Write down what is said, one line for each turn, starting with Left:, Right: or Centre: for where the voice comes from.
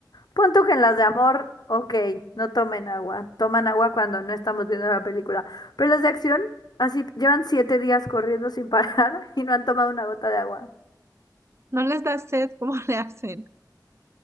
Left: Pon tú que en las de amor, ok, no tomen agua. Toman agua cuando no estamos viendo la película. Pero las de acción, así llevan siete días corriendo sin parar <laughs> y no han tomado una gota de agua.
Right: ¿No les da sed? ¿Cómo le hacen?